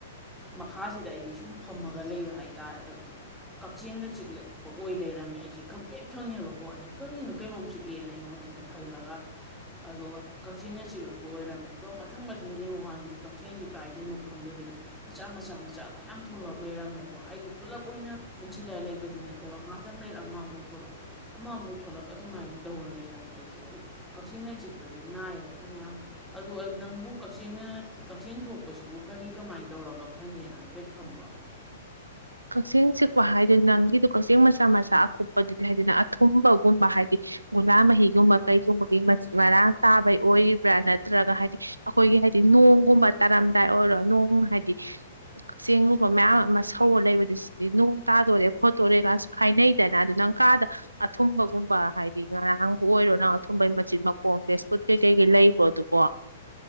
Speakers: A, in the centre; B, on the right (about 80°).
A: ꯃꯈꯥꯁꯤꯗ ꯑꯩꯗꯤ ꯁꯨꯝ ꯐꯝꯃꯒ ꯂꯩꯕ ꯍꯥꯏꯇꯥꯔꯦ ꯑꯗꯣ ꯀꯛꯆꯦꯡꯅ ꯆꯤꯛꯂꯛꯄ ꯑꯣꯏ ꯂꯩꯔꯝꯃꯦ ꯑꯩꯁꯦ ꯈꯪꯕ꯭ꯔꯦꯛ ꯈꯪꯉꯦꯕꯀꯣ ꯑꯩꯁꯦ ꯀꯔꯤꯅꯣ ꯀꯩꯅꯣꯝ ꯆꯤꯛꯂꯦꯅ ꯑꯩꯉꯣꯟꯁꯤꯗ ꯈꯜꯂꯒ ꯑꯗꯨꯒ ꯀꯛꯆꯦꯡꯅ ꯆꯤꯛꯂꯛꯄ ꯑꯣꯏꯔꯝꯃꯦ ꯑꯗꯣ ꯃꯊꯪ ꯃꯊꯪꯒꯤ ꯌꯦꯡꯉꯨ ꯀꯟꯁꯤꯗ ꯀꯛꯆꯦꯡꯁꯤ ꯀꯥꯏꯗꯩꯩꯏꯅꯣ ꯈꯪꯗꯕꯤꯗ ꯃꯆꯥ ꯃꯆꯥ ꯃꯆꯥ ꯃꯌꯥꯝ ꯊꯣꯛꯂꯛ ꯂꯩꯔꯝꯃꯦꯀꯣ ꯍꯥꯏꯗꯤ ꯄꯨꯜꯂꯞ ꯑꯣꯏꯅ ꯄꯨꯟꯁꯤꯜꯂ ꯂꯩꯕꯗꯤ ꯅꯠꯇꯕ ꯉꯍꯥꯛꯇꯪ ꯂꯩꯔ ꯑꯃꯃꯨꯛ ꯊꯣꯛꯂꯛ ꯑꯃꯃꯨꯛ ꯊꯣꯛꯂꯛ ꯑꯗꯨꯃꯥꯏꯅ ꯇꯧꯔ ꯂꯩꯔꯝꯃꯦ ꯑꯩꯁꯦ ꯑꯗꯣ ꯀꯛꯆꯦꯡꯅ ꯆꯤꯛꯄꯁꯤ ꯅꯥꯏꯌꯦꯕ ꯐꯅꯌꯥꯝ ꯑꯗꯨ ꯅꯪꯕꯨ ꯀꯛꯆꯦꯡꯅ ꯀꯛꯆꯦꯡ ꯊꯣꯛꯄꯁꯤꯕꯨ ꯀꯔꯤ ꯀꯃꯥꯏꯅ ꯇꯧꯔꯒ ꯐꯅꯤꯅ ꯍꯥꯏꯐꯦꯠ ꯈꯪꯕꯔꯣ
B: ꯀꯛꯆꯦꯡ ꯆꯤꯛꯄ ꯍꯥꯏꯗꯤ ꯅꯪꯒꯤꯗꯣ ꯀꯛꯆꯦꯡ ꯃꯆꯥ ꯃꯆꯥ ꯑꯀꯨꯞꯄꯗꯨꯗꯤ ꯍꯥꯏꯗꯅ ꯑꯊꯨꯝꯕꯒꯨꯝꯕ ꯍꯥꯏꯗꯤ ꯒꯨꯂꯥ ꯃꯍꯤꯒꯨꯝꯕ ꯀꯩꯒꯨꯝꯕꯒꯤ ꯃꯆꯤꯠ ꯃꯔꯥꯡ ꯆꯥꯕꯩ ꯑꯣꯏꯔꯤꯕ꯭ꯔꯥ ꯅꯠꯇ꯭ꯔꯒ ꯍꯥꯏꯗꯤ ꯑꯩꯈꯣꯏꯒꯤ ꯍꯥꯏꯗꯤ ꯅꯣꯡꯒꯨꯝꯕ ꯇꯥꯔꯝꯗꯥꯏ ꯑꯣꯏꯔꯣ ꯅꯣꯡ ꯍꯥꯏꯗꯤ ꯀꯛꯆꯦꯡꯒꯨꯝꯕ ꯃꯌꯥꯝ ꯑꯃ ꯍꯧꯔ ꯂꯩꯕꯗꯨ ꯁꯤꯗꯤ ꯅꯣꯡ ꯇꯥꯗꯣꯔꯦ ꯈꯣꯠꯇꯣꯔꯦ ꯀꯁꯨ ꯍꯥꯏꯅꯩꯗꯅ ꯑꯗꯨ ꯅꯪ ꯀꯥꯗ ꯑꯊꯨꯝꯕꯒꯨꯝꯕ ꯍꯥꯏꯗꯤ ꯉꯥꯔꯥꯡ ꯑꯣꯏꯔꯣ ꯅꯪ ꯑꯊꯨꯝꯕꯩ ꯃꯆꯤꯟꯠ ꯃꯈꯣꯝ ꯕꯦꯁꯀꯨꯠ ꯀꯩꯀꯩꯀꯩ ꯂꯩꯕ꯭ꯔꯣ ꯑꯗꯨꯕꯣ